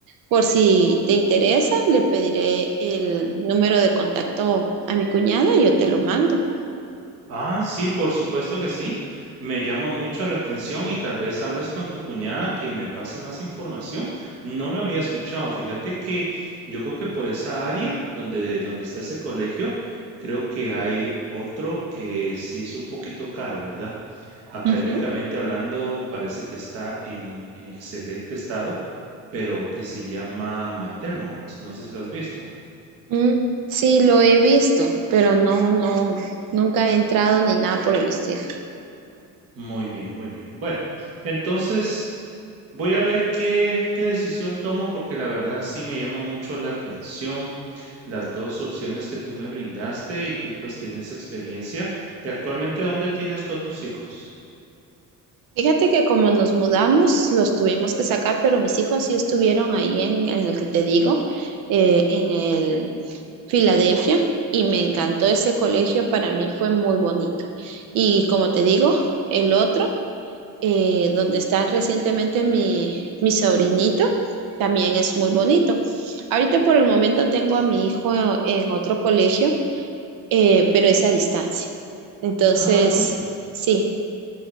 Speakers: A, on the right (about 80°); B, on the right (about 45°).
A: Por si te interesa, le pediré el número de contacto a mi cuñada y yo te lo mando.
B: Ah, sí, por supuesto que sí. Me llama mucho la atención y tal vez hablas con tu cuñada que me pase más información. No lo había escuchado. Fíjate que yo creo que por esa área donde, donde está ese colegio, creo que hay otro que sí es un poquito caro, ¿verdad? Académicamente
A: Ujú.
B: hablando, parece que está en, en excelente estado, pero que se llama McDermott. No sé si lo has visto.
A: Mm, Sí, lo he visto, pero no, no, nunca he entrado ni nada por el estilo.
B: Muy bien, muy bien. Bueno, entonces voy a ver qué, qué decisión tomo porque la verdad sí me llama mucho la atención las dos opciones que tú me brindaste y tú pues tienes experiencia. ¿Y actualmente dónde tienes tú a tus hijos?
A: Fíjate que como nos mudamos, los tuvimos que sacar, pero mis hijos sí estuvieron ahí en, en el que te digo, eh, en el Filadelfia, y me encantó ese colegio, para mí fue muy bonito. Y como te digo, el otro eh, donde está recientemente mi, mi sobrinito, también es muy bonito. Ahorita por el momento tengo a mi hijo en otro colegio, eh, pero es a distancia. Entonces,
B: Ah, bueno,
A: sí,